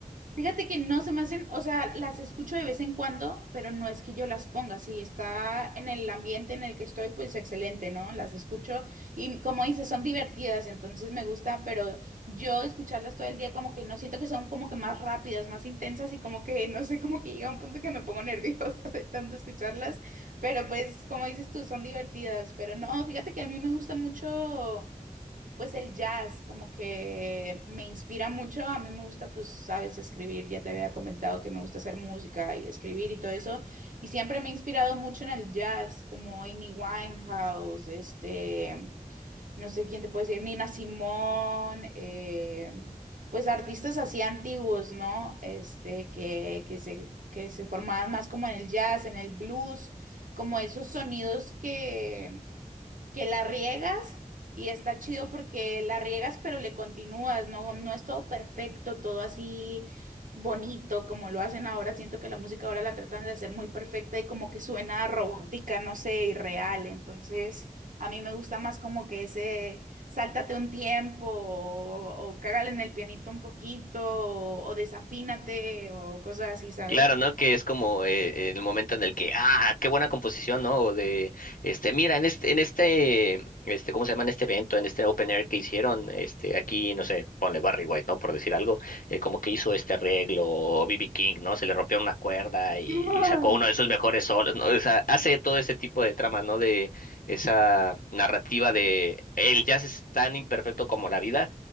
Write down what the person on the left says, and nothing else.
Claro, ¿no? Que es como eh, el momento en el que, ah, qué buena composición, ¿no? O de, este, mira, en este, en este, este, ¿cómo se llama? En este evento, en este open air que hicieron, este, aquí, no sé, ponle Barry White, ¿no? Por decir algo, eh, como que hizo este arreglo, o B.B. King, ¿no? Se le rompió una cuerda y,
y sacó uno de sus mejores solos, ¿no? O sea, hace todo ese tipo de trama, ¿no? De esa narrativa de el jazz es tan imperfecto como la vida